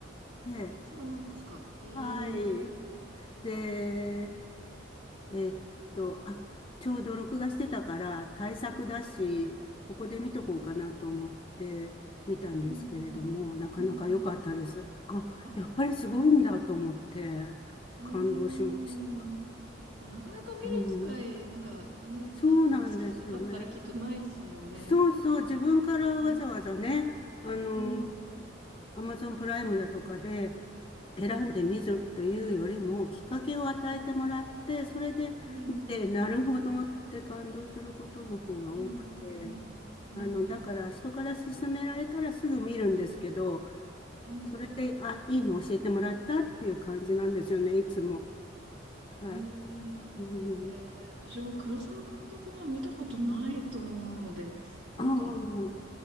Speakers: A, on the left (about 25°); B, on the right (about 60°).
A: で、
B: そうなんですか。へえ。
A: はい。
B: う
A: で、えーっと、あ、ちょうど録画してたから対策だし、
B: ん
A: ここで見とこうかなと思って見たんですけれども、
B: うんうん。
A: なかなか良かったです。
B: うんうん。
A: あ、
B: あ、
A: やっぱりすごいんだと思って感動しました。
B: いやうーん。いや、なかなか見る機会、
A: うん、
B: なんかね、
A: そうなんですよね。
B: あの、好きじゃなかったらきっとないですもんね。
A: そうそう、自分からわざわざね、
B: うん。
A: あの、
B: うん。
A: アマゾンプライムだとかで選んでみるというよりも、きっかけを与えてもらって、
B: うん。
A: それで見て、
B: うんうんうん。
A: なるほどって感動することの方が多くて、
B: うんうんうん。うんうん。
A: あの、だから人から勧められたらすぐ見るんですけど、
B: うん
A: それで、あ、いいの教えてもらったっていう感じなんですよね、いつも。はい。
B: うーん。
A: うん。
B: えー、私も黒沢監督の見たことないと思うので、なんか、
A: ああ、うん。